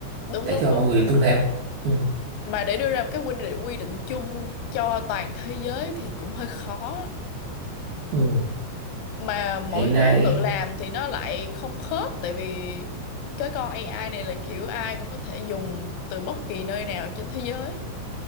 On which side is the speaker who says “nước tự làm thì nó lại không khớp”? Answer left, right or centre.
Left